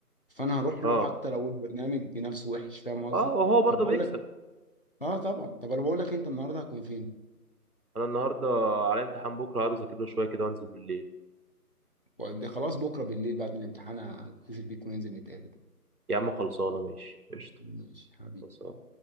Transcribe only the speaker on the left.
فانا هروح
له حتى لو البرنامج نفسه وحش فاهم قصدي
طب بقول
لك اه طبعا طب انا بقول لك انت النهارده هتكون فين
وقد- خلاص بكره بالليل بعد الامتحان هتصل بيك وننزل نتقابل
ماشي حبيبي